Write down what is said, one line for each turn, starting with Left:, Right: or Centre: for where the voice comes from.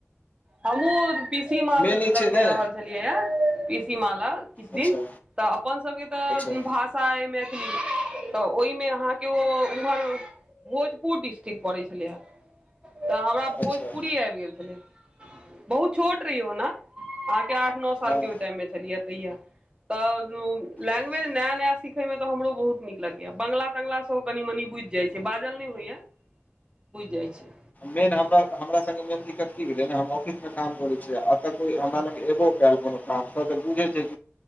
Right: हमू पीसी मॉल
Left: मेन ई
Right: लगमे
Left: छै ने
Right: रहल छलियै यऽ, पीसी मॉलमे किछु दिन।
Left: अच्छा
Right: तऽ अपन सभके तऽ
Left: अच्छा
Right: भाषा मैथिली तऽ ओहिमे अहाँके ओ उमहर भोजपुर डिस्ट्रिक्ट पड़ैत छलै हे तऽ हमरा भोजपुरी
Left: अच्छा
Right: आबि गेल छलै। बहुत छोट रहिय ने अहके नओ सालके
Left: हँ
Right: ओहि टाइममे छलियै तऽ, लैंग्वेज
Left: अच्छा
Right: नया नया। सिखयमे तऽ हमरो बहुत नीक लगैए, बंगला तंगला सेहो कनि मनि बुझि जाइ छै, बाजल नहि होइए। बुझि जाइ छै।
Left: मेन, हम हमरा से मेन दिक्कत की भेलै, हम ऑफिस। काम करै छियै, आ तऽ कोइ हमरा एखन पल कोनो काम बुझै छै।